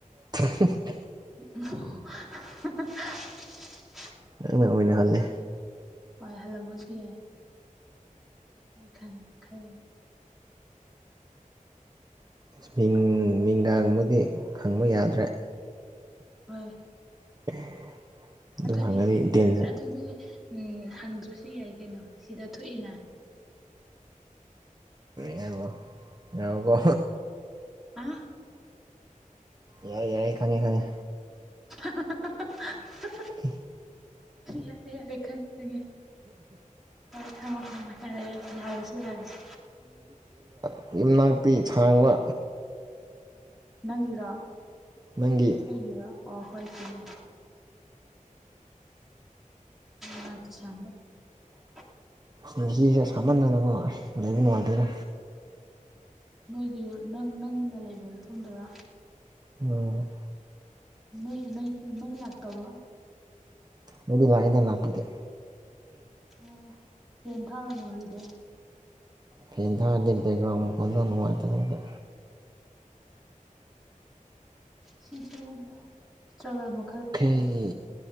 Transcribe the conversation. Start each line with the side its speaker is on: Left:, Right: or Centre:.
Right: <unintelligible>
Centre: ꯑꯣ <unintelligible> ꯍ <unintelligible>
Right: <unintelligible> ꯑꯣꯏꯅꯍꯜꯂꯦ
Centre: ꯍꯣꯏ ꯍꯜꯂꯝꯕꯁꯨ ꯌꯥꯏ ꯍ ꯈꯥꯡꯒ ꯈꯔ
Right: ꯏꯁ ꯃꯤꯡ ꯃꯤꯡꯒꯥꯒꯨꯝꯕꯗꯤ ꯈꯪꯕ ꯌꯥꯗ꯭ꯔꯦ
Centre: ꯍꯣꯏ
Right: <unintelligible> ꯑꯗꯨ
Centre: ꯑꯗꯨꯗꯤ
Right: ꯍꯪꯉꯗꯤ
Centre: ꯁꯤ
Right: ꯗꯦꯟꯖꯔ
Centre: ꯑꯗꯨꯗꯤ ꯎꯝ ꯍꯪꯗ꯭ꯔꯁꯨ ꯌꯥꯏ ꯀꯩꯅꯣ ꯁꯤꯗ ꯊꯣꯛꯏꯅ
Right: ꯌꯥꯔꯤꯕꯣ ꯌꯥꯎꯔꯕꯣ
Centre: ꯑ
Right: ꯌꯥꯔꯦ ꯌꯥꯔꯦ ꯈꯪꯉꯦ ꯈꯪꯉꯦ
Centre: <unintelligible>
Right: <unintelligible>
Centre: ꯌꯥꯔꯦ ꯌꯥꯔꯦ ꯈꯪꯉꯦ ꯈꯪꯉꯦ ꯍ ꯊꯃꯣ ꯊꯄꯣ ꯍ ꯌꯥꯁꯤ ꯌꯥꯁꯤ
Right: <unintelligible> ꯄꯤ ꯁꯥꯡꯕ
Centre: ꯅꯪꯒꯤꯔꯣ
Right: ꯅꯪꯒꯤ
Centre: ꯑꯩꯒꯤꯔꯣ ꯑꯣ ꯍꯣꯏ ꯆꯨꯃꯦ ꯗꯤꯇ ꯁꯃ <unintelligible>
Right: ꯉꯁꯤꯁꯦ ꯁꯥꯃꯟꯗꯅꯀꯣ ꯂꯩꯕ ꯅꯨꯡꯉꯥꯏꯦꯗ
Centre: ꯅꯣꯏꯒꯤ ꯅꯪ ꯅꯪꯅ ꯂꯩꯕ ꯃꯐꯝꯗꯕ
Right: ꯎꯝ
Centre: ꯃꯣꯏ ꯃꯩ ꯃꯩ ꯂꯥꯛꯇꯥꯕ
Right: ꯑꯗꯨꯗꯤ ꯂꯥꯛꯑꯗ ꯂꯥꯛꯄꯤꯗꯦ
Centre: ꯑꯣ ꯄꯦꯟ ꯊꯥꯔꯣꯅꯔꯤꯗ
Right: ꯐꯦꯟ ꯊꯔꯗꯤ ꯕꯦꯛꯒ꯭ꯔꯥꯎ ꯃꯈꯣꯜꯗꯣ ꯅꯨꯉꯥꯏꯇꯕꯒꯤ
Centre: ꯁꯤꯁꯨ ꯏꯁꯇ꯭ꯔꯒꯜ ꯃ
Right: ꯀꯔꯤ